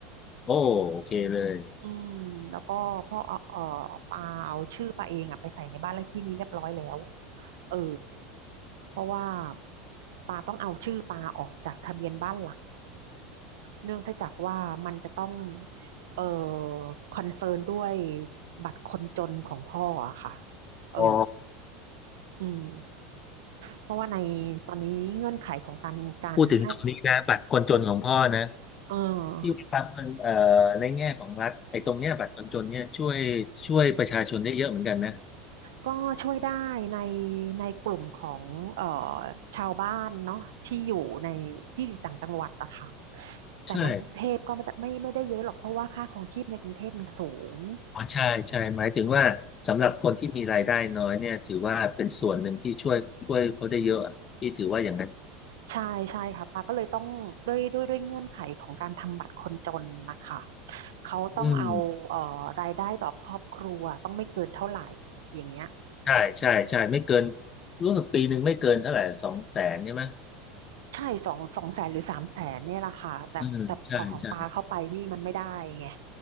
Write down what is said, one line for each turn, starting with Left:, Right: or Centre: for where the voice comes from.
Left: โอ้โอเคเลย
Right: อืมแล้วก็พ่อเอ่อเอ่อปาเอาชื่อปาเองอะไปใส่ในบ้านเลขที่นี้เรียบร้อยแล้วเออเพราะว่าปาต้องเอาชื่อปาออกจากทะเบียนบ้านหลักเนื่องจากว่ามันจะต้องเอ่อคอนเซิร์นด้วยบัตรคนจนของพ่ออะค่ะเออ
Left: อ๋อ
Right: อืม เพราะว่าในตอนนี้เงื่อนไขของการการให้
Left: พูดถึงตรงนี้นะบัตรคนจนของพ่อนะ
Right: เอ
Left: ที่ครับมันเอ่อในแง่ของรัฐไอ้ตรงเนี้ยบัตรคนจนเนี่ยช่วยช่วยประชาชนได้เยอะเหมือนกันนะ
Right: อก็ช่วยได้ในในกลุ่มของเอ่อชาวบ้านเนาะที่อยู่ในที่อยู่ต่างจังหวัดอะค่ะแต่ในกรุงเทพก็ไม่ได้ไม่ไม่ได้เยอะหรอกเพราะว่าค่าครองชีพในกรุงเทพมันสูง
Left: ใช่อ๋อใช่ใช่หมายถึงว่าสำหรับคนที่มีรายได้น้อยเนี่ยถือว่าเป็นส่วนหนึ่งที่ช่วยช่วยเขาได้เยอะอะพี่ถือว่าอย่างนั้น
Right: ใช่ใช่ค่ะปาก็เลยต้องด้วยด้วยด้วยเงื่อนไขของการทำบัตรคนจนนะคะเขาต้องเอาเอ่อรายได้ต่อครอบครัวต้องไม่เกินเท่าไหร่อย่างเงี้ย
Left: อืมใช่ใช่ใช่ไม่เกินรู้สึกปีหนึ่งไม่เกินเท่าไหร่สองแสนใช่ไหม
Right: ใช่สองสองแสนหรือสามแสนเนี่ยแหละค่ะแต่แต่พอของปาเข้าไปนี่มันไม่ได้ไง
Left: อืมใช่ใช่